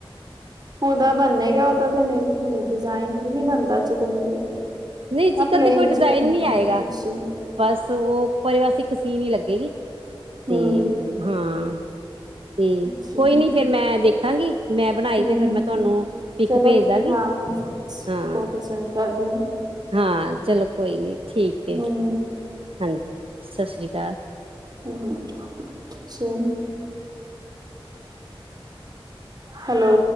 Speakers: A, on the right; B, on the right.
A: ਔ ਦਾ ਬਣਨੇਗਾ, ਉਹ ਤੇ ਮੈਂ ਡਿਜ਼ਾਇਨ ਵੀ ਨੀ ਬਣਦਾ ਚਿਕਨ
B: ਨਹੀਂ ਚਿਕਨ
A: ਨਾ ਪਲੇਨ
B: ਤੇ ਕੋਈ ਡਿਜ਼ਾਇਨ
A: ਚਿਕਨ
B: ਨਹੀਂ ਆਏਗਾ।
A: ਅੱਛਾ
B: ਬਸ ਔ ਉਪਰ ਬਸ ਇੱਕ ਸੀਨ ਹੀ ਲੱਗੇਗੀ ਤੇ,
A: ਹੂੰ
B: ਹਾਂ ਠੀਕ,
A: ਅੱਛਾ
B: ਕੋਈ ਨੀ ਫੇਰ ਮੈਂ ਦੇਖਾਂਗੀ। ਮੈਂ ਬਣਾਈ
A: ਹੂੰ-ਹੂੰ
B: ਤੇ ਫਿਰ ਮੈਂ ਤੁਹਾਨੂੰ, ਇਕ
A: ਚਲੋ
B: ਭੇਜ ਦਾਂਗੀ
A: ਹਾਂ ਸਪੋਰਟ
B: ਹਾਂ।
A: ਸੈਂਡ ਕਰਦੇ ਹਾਂ
B: ਹਾਂ ਚਲੋ ਕੋਈ ਨੀ ਠੀਕ ਹੈ,
A: ਹੂੰ-ਹੂੰ-ਹੂੰ
B: ਹਾਂਜੀ ਸਤਿ ਸ਼੍ਰੀ ਅਕਾਲ।
A: ਹੂ ਅੱਛਾ, ਹੈਲੋ,